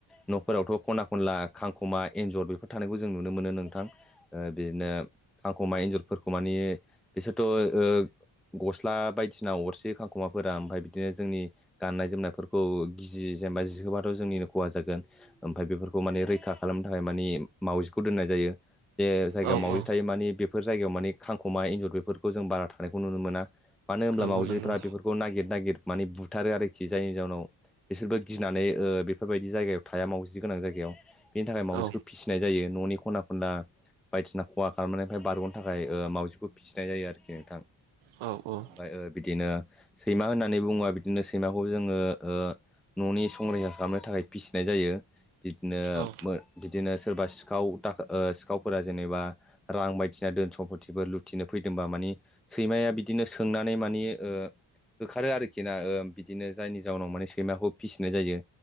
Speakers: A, in the centre; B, on the right.
A: न'फोरावथ' खना खनला खांखमा एन्जर बेफोर थानायखौ जों नुनो मोनो नोंथां। ओ बिदिनो खांख'मा एन्जरफोरखौ मानि बिसोरथ' ओ गस्ला बायदिसिना अरसियो खांख'माफोरा ओमफाय बिदिनो जोंनि गाननाय जोमनायफोर खौ गिजि जेनेबा जिहोबाथ' जोंनिनो खहा जागोन। ओमफाय बेफोरखौ माने रैखा खालामनो थाखाय मानि मावजिखौ दोननाय जायो। जे जायगायाव
B: औ
A: माबि
B: औ
A: थायो मानि बेफोर जायगायाव मानि खांख'मा एन्जर बेफोरखौ जों बारा थानायखौ नुनो मोना। मानो होनब्ला
B: नंगौ
A: मावजिफ्रा
B: नंगौ
A: बेफोरखौ नागिर नागिर माने बुथारो आरोखि जायनि जाउनाव बिसोरबो गिनानै ओ बेफोरबायदि जायगायाव थाया मावजि गोनां जायगायाव। बेनि थाखाय मावजिखौ
B: औ
A: फिसिनाय जायो न'नि खना खनला बायदिसिना खहा खालामनायनिफ्राय बारग'नो थाखाय ओ मावजिखौ फिसिनाय जायो आरोखि नोंथां।
B: औ औ।
A: ओमफाय ओ बिदिनो सैमा होननानै बुङोबा बिदिनो सैमाखौ जोङो ओ न'नि संरैखा खालामनो थाखाय फिसिनाय जायो। बिदिनो
B: औ
A: मो बिदिनो सोरबा सिखाव दा ओ सिखावफोरा जेनेबा रां बायदिसिना दोन सम्फतिफोर लुथिनो फैदोंबा मानि सैमाया बिदिनो सोंनानै मानि ओ होखारो आरोखि ना ओ बिदिनो जायनि जाउनाव माने सैमाखौ फिसिनाय जायो